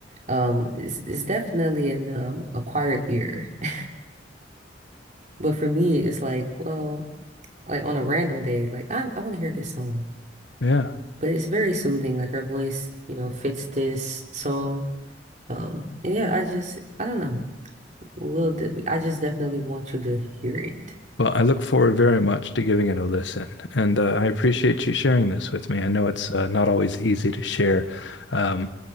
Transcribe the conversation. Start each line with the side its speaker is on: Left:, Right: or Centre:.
Right: um it's, it's definitely an um acquired ear. <laughs> But for me, it's like, well, like on a random day, like I I want to hear this song.
Left: Yeah.
Right: But it's very soothing. Like her voice, you know, fits this song. Um and yeah, I just I don't know. Will de- I just definitely want you to hear it.
Left: Well, I look forward very much to giving it a listen, and uh, I appreciate you sharing this with me. I know it's uh, not always easy to share um,